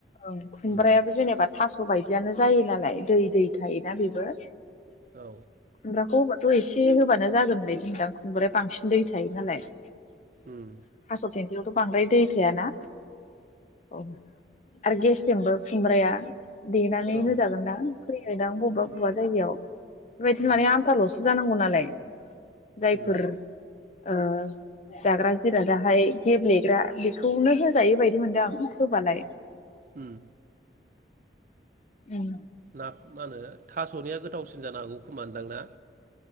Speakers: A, on the left; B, on the right.
A: ओं खुमब्रायाबो
B: उम
A: जेनेबा थास' बायदियानो जायो नालाय दै दै थायोना बेबो। खुमब्राखौ
B: औ
A: थ' एसे होबानो जागोन बायदि दां खुंब्राया बांसिन दै थायो नालाय। थास'
B: उम
A: देन्थायावथ' बांद्राय दै थायाना। औ आरो गेस्रेमबो खुमब्राया देनानै
B: औ
A: होजागोनदां होयोदां बबेबा
B: उम
A: बबेबा जायगायाव बेबायदिनो
B: उम
A: माने आमथाल'सो जानांगौ नालाय जायफोर
B: उम
A: ओ जाग्रा जि जिरादा हाय गेब्लेग्रा बेखौनो होजायो बायदि मोनदों आं। होबालाय।
B: उम
A: उम।
B: ना मा होनो थास'निया गोथावसिन जानो हागौ खोमानदां ना?